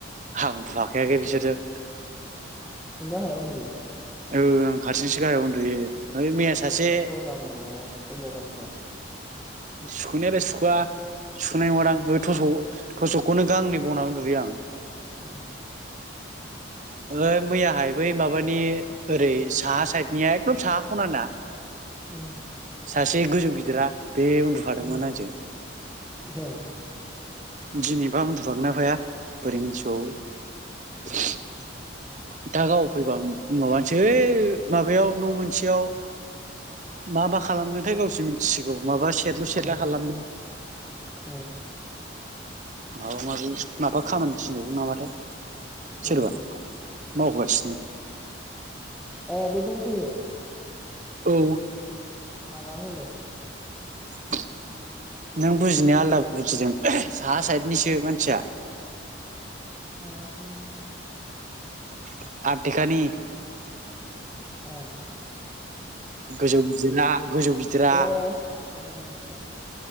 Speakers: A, on the right (about 40°); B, in the centre.
A: आं उन्दु फाखायाखै बिसोरजों
B: नों गाहायाव उन्दुयो?
A: औ आं हारसिंसो गाहायाव उन्दुयो। ओइ मैया सासे
B: ऐ गगा मोननाया सुखबावगोन र
A: सुखुनायालाय सुखुवा सुख'नाय नंङादां ओ थस'क थस'कखौनो गांनै बनानै उन्दुयो आं
B: <unintelligible>
A: ओ मैयाहाय बै माबानि ओरै साहा साइद एकदम साहा ख'नाना
B: उम
A: सासे गोजौ गिदिरा बे उन्दुफादोंमोन
B: उम
A: आंजों
B: उम
A: दिनैबा उन्दुफागोन ना फाया बोरै मिथिबावो <unintelligible> दा गाव फैबा माबानोसै माबायाव न' मोनसेयाव मा मा खालामदोंथाय गावसो मिथिसिगौ माबा सेरलु सेरला
B: उम
A: खालामदों
B: उम
A: माबा माबि माबा खामानि <unintelligible> नामाथाय सोरबा
B: उम
A: मावगासिनो
B: ए बे दंफैयो
A: औ
B: माला फैलायखो
A: <unintelligible> नों बुजिनाया आलदा बुजिदों साहा साइदनिसो मानसिया
B: <unintelligible>
A: <unintelligible>
B: ओम
A: गोजौ गिदिरा गोजौ गिदिरा
B: मिथिया